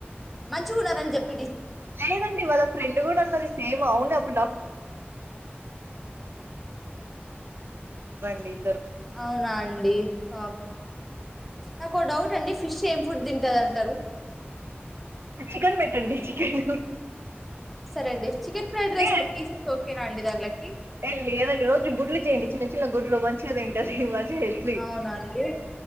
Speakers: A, in the centre; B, on the right.
A: మంచి ఉ, న్నారని చెప్ప
B: లేదండి, వాళ్ళ ఫ్రెండ్ కూడా ఉన్నది సేమ్ అవును అప్పుడు <unintelligible>
A: అవునా అండి పాపం నాకు ఒక డౌట్ అండి ఫిష్ ఏం ఫుడ్ తింటంది అంటారు
B: చికెన్ పెట్టండి చికెన్
A: సరే అండి చికెన్ ఫ్రైడ్ రైస్
B: ఏ
A: లో పీసెస్ ఓకే నా అండి లక్కీ
B: ఏ లేదండి రోజు గుడ్లు చేయండి చిన్న చిన్న గుడ్లు మంచిగ తింటది మంచిగా హెల్తీ
A: అవునాండి